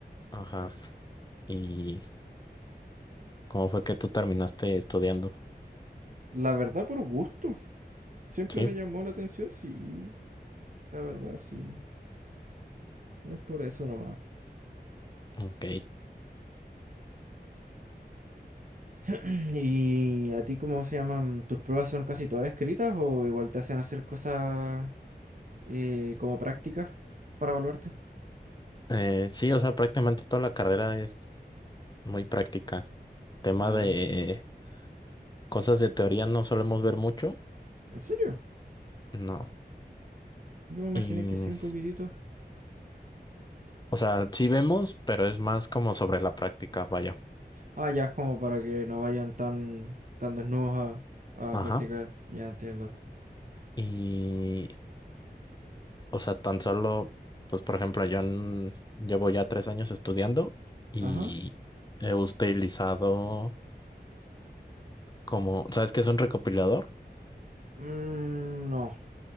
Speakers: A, on the left; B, on the right.
A: Ajá. ¿Y cómo fue que tú terminaste estudiando?
B: La verdad por gusto. Siempre
A: Sí,
B: me llamó la atención, sí, la verdad sí. Es por eso nomás.
A: ok.
B: <clears throat> ¿Y a ti cómo se llaman? ¿Tus pruebas son casi todas escritas o igual te hacen hacer cosas eh, como prácticas para evaluarte?
A: Eh, sí, o sea, prácticamente toda la carrera es muy práctica. Tema
B: Ah,
A: de cosas de teoría no solemos ver mucho,
B: ¿en serio?
A: no.
B: Yo me imaginé
A: Y,
B: que sí, un poquitito.
A: o sea, sí vemos, pero es más como sobre la práctica, vaya.
B: Ah, ya es como para que no vayan tan, tan desnudos a,
A: Ajá.
B: a practicar. Ya entiendo.
A: Y, o sea, tan solo, pues por ejemplo, yo en- llevo ya tres años estudiando y
B: Ajá.
A: he utilizado como, ¿sabes qué es un recopilador?
B: Mm, no,